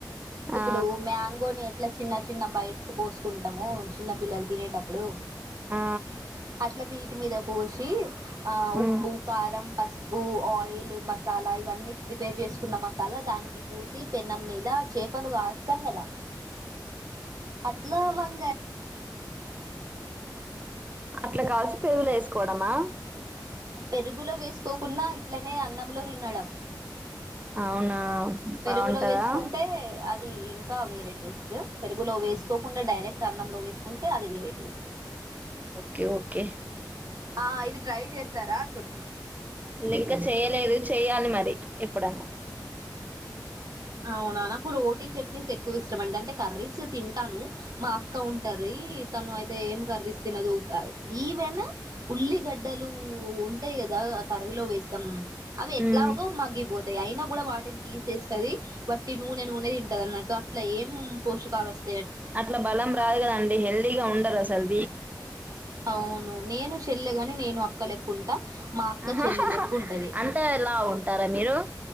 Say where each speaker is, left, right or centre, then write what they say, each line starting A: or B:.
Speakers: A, on the right; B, on the right.
A: ఇప్పుడు
B: ఆ
A: మ్యాంగోని ఎట్లా చిన్న చిన్న బైట్ కోస్కుంటమో చిన్న పిల్లల్ తినేటప్పుడు
B: ఆ
A: అట్ల వీటి మీద కోసి ఆ
B: మ్
A: ఉప్పు, కారం, పసుపు, ఆయిల్, మస సాలా ఇవన్నీ ప్రిపేర్ చేసు కున్న మసాలా దానికి పూసి పెనం మీద చేపను కాలుస్తాం కదా అట్లా వం
B: అట్ల కాల్చి పెరుగుల ఏస్కోవడమా
A: పెరుగులో వేస్కోకున్నా ఇట్లనే అన్నంలో తినడం.
B: అవునా
A: పెరుగులో
B: బాగుంటదా
A: వేస్కుంటే అది ఇంకా వేరే టేస్ట్ పెరుగులో వే వేస్కోకుండా డైరెక్ట్ అన్నంలో వేసుకుంటే అది వేరే టేస్ట్
B: ఓకే ఓకే
A: ఆ ఇది ట్రై చేశారా అంటున్న
B: లే ఇంకా చెయలేదు చెయ్యాలి మరి ఎప్పుడన్నా
A: అవునా నాకు రోటీ చట్నీస్ ఎక్కు ఇష్టం అండి అంటే కర్రీస్ తింటాను. మా అక్క ఉంటారు దీ తను అయితే ఏం కర్రీస్ తినదు ఈవెన్ ఉల్లిగడ్డలు ఉంటే కదా కర్రీలో వేస్తాం అవి ఎట్లాగో
B: మ్
A: మగ్గిపోతయి అయినా గుడా వాటిని తీసేస్ స్తది. వట్టి నూనె నూనె తింటదన్నట్టు అట్ల ఏం పోషకాల్ వస్త
B: అట్ల బలం రాదు కదండి హెల్దీగా ఉండరసల్
A: అవును నేను చెల్లగని నేను అక్ అక్క లెక్కుంటా మా అక్క
B: ఆహాహాహా.
A: చెల్లి లెక్కుంటది.
B: అంత లావు ఉంటారా మీరు